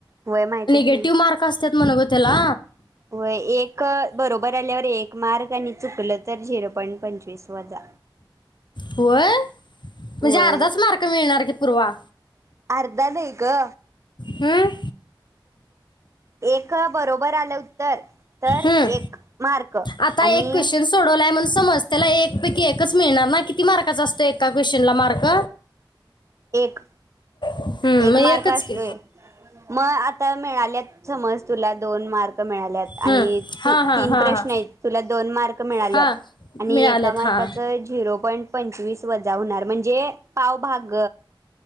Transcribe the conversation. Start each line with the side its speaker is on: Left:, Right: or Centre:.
Right: वय माहिती आहे
Left: टीव्ह
Right: की
Left: मार्क असतात म्ह ग त्याला
Right: वय एक बरोबर आल्यावर एक मार्ग आणि चुकलं तर झिरो पॉईंट पंचवीस वजा
Left: होय म्हणजे
Right: वय
Left: अर्धाच मार्क मिळणार की पूर्वा
Right: अर्धा नाही ग
Left: हम
Right: एक बरोबर आलं उत्तर तर
Left: हम
Right: एक मार्क
Left: आता
Right: आणि
Left: एक क्वेशन सोडवला म्हण समज त्याला एक पैकी एकच मिळणार ना किती मार्काचा असतो एका क्वेश्चनला मार्क
Right: एक
Left: हम्म,
Right: एक
Left: मग एकच
Right: मार्क असतोय
Left: की
Right: मग आ तर मिळाल्यात समज तुला दोन मार्क मिळाल्यात
Left: हम्म.
Right: आणि
Left: हा
Right: तीन
Left: हा हा
Right: प्रश्न
Left: हा
Right: आहेत तुला दोन मार्क मिळाल्यात
Left: हा
Right: आणि
Left: मिळालेत
Right: एका मार्काचं
Left: हा
Right: झिरो पॉईंट पंचवीस वजा होणार म्हणजे पावभाग